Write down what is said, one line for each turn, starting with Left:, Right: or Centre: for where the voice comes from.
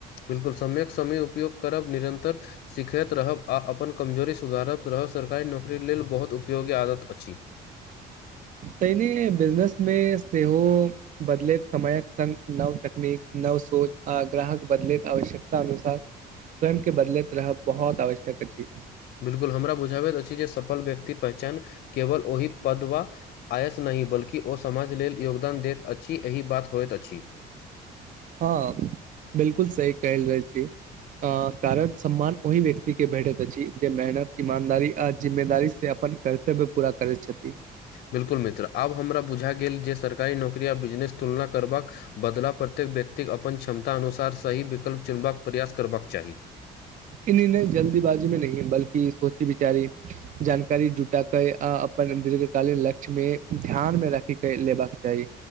Left: बिल्कुल समयक समय उपयोग करब निरन्तर सिखैत रहब आ अपन कमजोरी सुधारत रहब सरकारी नौकरी लेल बहुत उपयोगी आदत अछि।
Right: तहिनी बिजनेस मे सेहो बदलैत समयक संग नव तकनीक नव सोच आ ग्राहक बदल बदलैत आवश्यकता अनुसार स्वयं के बदलैत रहब बहुत आवश्यक अछि
Left: बिल्कुल हमरा बुझाबैत अछि जे सफल व्यक्ति पहचान केवल ओहि पद वा आयस नहि बल्कि ओ समाज लेल योगदान दैत अछि एहि बात होइत अछि।
Right: हाँ बिल्कुल सही कहल अछी अ कारक सम्मान ओहि व्यक्ति के भेटैत अछि जे मेहनत ईमानदारी आ जिम्मेदी से अपन कर्तव्य पूरा करै छथि
Left: बिल्कुल मित्र आब हमरा बुझा गेल जे सरकारी नौकरी आ बिजनेस तुलना करबाक बदलाव प्रत व्यक्तिक अपन क्षमता अनुसार सही विकल्प चुनबाक प्रयास करबाक चाही
Right: नहि जल्दीबाजी मे नहि बल्कि सोची बिचारी जानकारी जुटा के आ अपन दीर्घकालीन लक्ष्य मे ध्यान मे राखी के लेबाक चाही